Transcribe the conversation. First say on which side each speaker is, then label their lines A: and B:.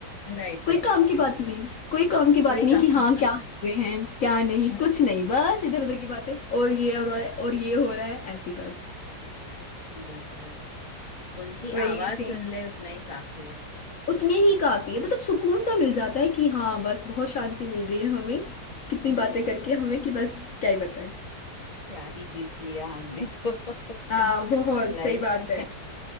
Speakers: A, on the left; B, on the left.
A: राइट राइट
B: कोई काम की बात नहीं कोई काम की
A: कोई
B: बात नहीं
A: कहा
B: कि हाँ क्या कर रहे हैं क्या नहीं
A: रा-
B: कुछ नहीं बस इधर उधर की बातें और ये हो रहा है और ये हो रहा है ऐसी बस
A: बस बस उनकी
B: वही
A: आवाज
B: से
A: सुन ले उतना ही काफी है
B: उतने ही काफी है मतलब सुकून सा मिल जाता है कि हाँ बस बहुत शांति मिल गई है हमें कितनी
A: राइट
B: बातें करके हमें कि बस क्या ही बताएं
A: क्या ही जीत लिया हमने तो <laughs>
B: हाँ बहुत
A: लाइफ
B: सही बात
A: में
B: है